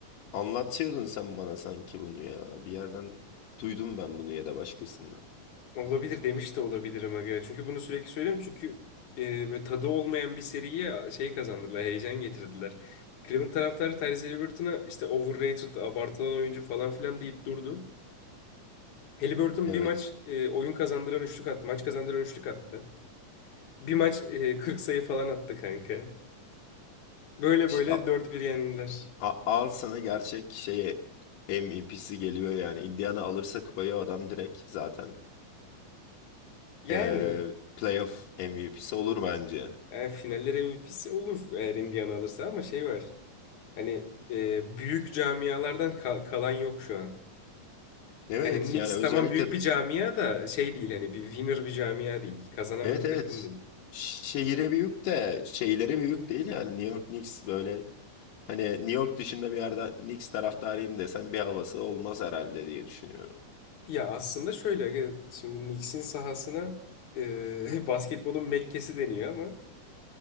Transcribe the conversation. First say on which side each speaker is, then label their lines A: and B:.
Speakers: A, on the left (about 85°); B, on the left (about 70°).
A: anlatıyordun sen bana sanki bunu ya. Bir yerden duydum ben bunu ya da başkasından.
B: Olabilir demiş de olabilirim aga. Çünkü bunu sürekli söylüyorum. Çünkü e, böyle tadı olmayan bir seriye şey kazandırdılar. Heyecan getirdiler. Cleveland taraftarı Tyrese Halliburton'a işte overrated, abartılan oyuncu falan filan deyip durdu. Halliburton
A: Evet.
B: bir maç e, oyun kazandıran üçlük attı. Maç kazandıran üçlük attı. Bir maç e, 40 sayı falan attı kanka. Böyle
A: İşte
B: böyle dört bir yendiler.
A: a- al sana gerçek şeye MVP'si geliyor yani. Indiana alırsa kupayı adam direkt zaten
B: Yani,
A: eee, playoff MVP'si olur bence.
B: yani finaller MVP'si olur eğer Indiana alırsa ama şey var. Hani e, büyük camialardan ka- kalan yok şu an.
A: Evet
B: Yani Knicks
A: yani özellikle
B: tamam büyük bir camia da şey değil hani bir winner bir camia değil. Kazanan
A: evet
B: bir
A: evet
B: takım değil.
A: şehire büyük de şeylere büyük değil yani New York Knicks böyle hani New York dışında bir yerden Knicks taraftarıyım desen bir havası olmaz herhalde diye düşünüyorum.
B: Ya aslında şöyle aga, şimdi Knicks'in sahasına e, <laughs> basketbolun Mekke'si deniyor ama